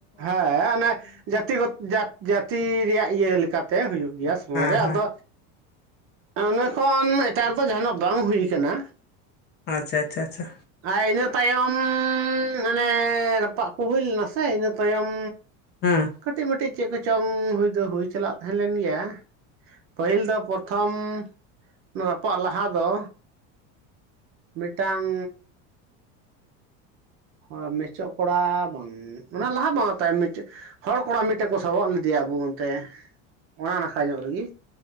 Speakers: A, on the right (about 40°); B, on the left (about 30°).
A: ᱦᱮᱸ ᱚᱱᱮ ᱡᱟᱹᱛᱤ ᱜᱚᱛᱚ ᱡᱟᱹᱛ ᱡᱟᱹᱛᱤ ᱨᱮᱭᱟᱜ ᱤᱭᱟᱹ ᱞᱮᱠᱟᱛᱮ ᱦᱩᱭᱩᱜ ᱜᱮᱭᱟ ᱥᱚᱢᱚᱭ
B: ᱦᱮᱸ
A: ᱨᱮ
B: ᱦᱮᱸ
A: ᱟᱫᱚ, ᱤᱱᱟᱹ ᱠᱷᱚᱱ ᱮᱴᱟᱜ ᱨᱮᱫᱚ ᱡᱟᱦᱟᱱᱟᱜ ᱵᱟᱝ ᱦᱩᱭ ᱠᱟᱱᱟ᱾
B: ᱟᱪᱪᱷᱟ ᱟᱪᱪᱷᱟ ᱟᱪᱪᱷᱟ,
A: ᱟᱨ ᱤᱱᱟᱹ ᱛᱟᱭᱚᱢ ᱢᱟᱱᱮ ᱨᱟᱯᱟᱜ ᱠᱚ ᱦᱩᱭ ᱞᱮᱱᱟ ᱥᱮ ᱤᱱᱟᱹ ᱛᱟᱭᱚᱢ,
B: ᱦᱮᱸ᱾
A: ᱠᱟᱹᱴᱤᱜ ᱢᱟᱹᱴᱤᱜ ᱪᱮᱫ ᱠᱚᱪᱚᱝ ᱦᱩᱭ ᱫᱚ ᱦᱩᱭ ᱪᱟᱞᱟᱜ ᱛᱟᱦᱮᱸ ᱞᱮᱱ ᱜᱮᱭᱟ᱾ ᱯᱟᱹᱦᱤᱞ ᱫᱚ ᱯᱚᱨᱛᱷᱚᱢ, ᱚᱱᱟ ᱨᱟᱯᱟᱜ ᱞᱟᱦᱟ ᱫᱚ ᱢᱤᱫᱴᱟᱝ ᱦᱚᱭ ᱢᱮᱪᱚᱫ ᱠᱚᱲᱟ ᱵᱟᱝ ᱚᱱᱟ ᱞᱟᱦᱟ ᱵᱟᱝ ᱛᱟᱭᱚᱢ ᱢᱮᱪᱚᱜ, ᱦᱚᱲ ᱠᱚᱲᱟ ᱢᱤᱫᱴᱮᱱ ᱠᱚ ᱥᱚᱵᱚᱜ ᱞᱮᱫᱮᱭᱟ ᱟᱵᱚ ᱚᱱᱛᱮ ᱚᱱᱟ ᱱᱟᱠᱷᱟ ᱧᱚᱜ ᱨᱮᱜᱮ᱾